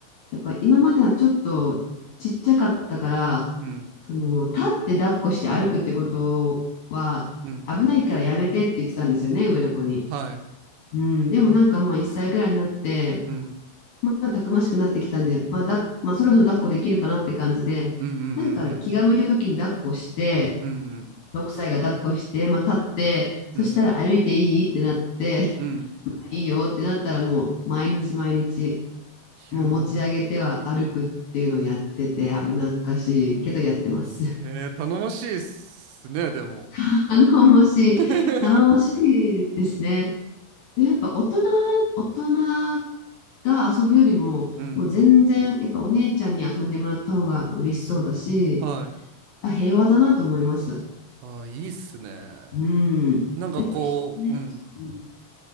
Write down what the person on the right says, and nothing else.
うん、
うん、
はい、
うん、
うん、う
ん、うん、うん、
うん、うん、うん。うん
いや
ー、えー、頼もしいっすね、でも。
<laughs>
うん、
はい。
あー、いいっすね。
なんかこう、
うん、